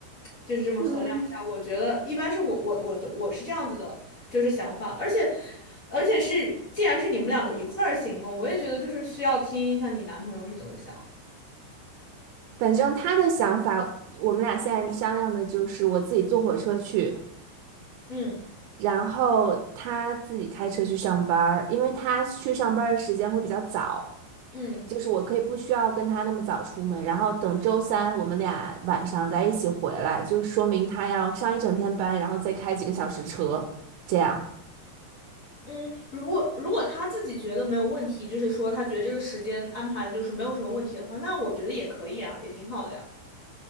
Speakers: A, on the left; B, on the right.
A: 就是这么衡量一下，
B: 嗯，
A: 我觉得一般是我我我我是这样子的，就是想法，而且而且是既然是你们两个一块儿行动，我也觉得就是需要听一下你男朋友是怎么想的。
B: 反正他的想法，我们俩现在商量的就是我自己坐火车去，
A: 嗯
B: 然后他自己开车去上班儿因为他去上班儿的时间会比较早，
A: 嗯
B: 就是我可以不需要跟他那么早出门，然后等周三我们俩晚上再一起回来，就说明他要上一整天班，然后再开几个小时车，这样。
A: 嗯，如果如果他自己觉得没有问题，就是说他觉得这个时间安排就是没有什么问题的话，那我觉得也可以啊，也挺好的呀。